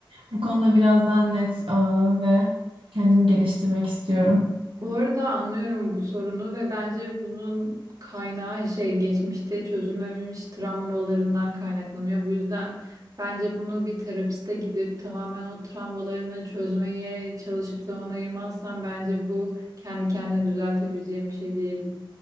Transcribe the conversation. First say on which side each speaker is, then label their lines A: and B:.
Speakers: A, on the right; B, on the right.
A: Bu konuda biraz daha net aa, ve kendimi geliştirmek istiyorum.
B: Bu arada anlıyorum bu sorunu ve bence bunun kaynağı şey geçmişte çözülmemiş travmalarından kaynaklanıyor. Bu yüzden bence bunu bir terapiste gidip tamamen o travmalarını çözmeye çalışıp zaman ayırmazsan bence bu kendi kendine düzeltebileceğin bir şey değil.